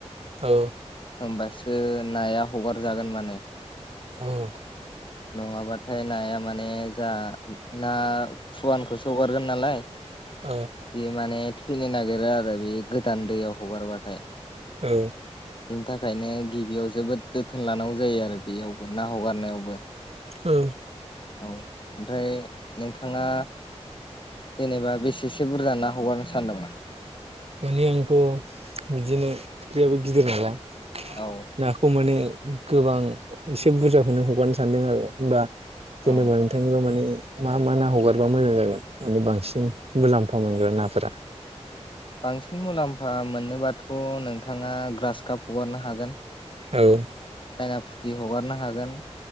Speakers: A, on the right; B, on the left.
A: औ।
B: होमबासो नाया हगारजागोन माने।
A: औ।
B: नङाबाथाय नाया माने जा ना फुवानखौसो हगारगोन नालाय
A: औ
B: बे माने थैनो नागिरो आरो बे गोदान दैयाव हगारबाथाय।
A: औ।
B: बेनि थाखायनो गिबियाव जोबोद जोथोन लानांगौ जायो आरो बेयावबो ना हगारनायावबो।
A: औ।
B: औ ओमफ्राय नोंथाङा जेनेबा बेसेसो बुरजा ना हगारनो सानदोंमोन'
A: माने आंथ' बिदिनो फुख्रियाबो गिदिर नालाय
B: औ
A: नाखौ माने गोबां एसे बुरजाखौनो हगारनो सानदों आरो होनबा जेनेबा
B: औ
A: नोंथांनिबो माने मा मा ना हगारबा मोजां जागोन माने बांसिन मुलाम्फा मोनगोन नाफोरा
B: बांसिन मुलाम्फा मोनोबाथ' नोंथाङा ग्रास काप हगारनो हागोन
A: औ।
B: चाइना फुथि हगारनो हागोन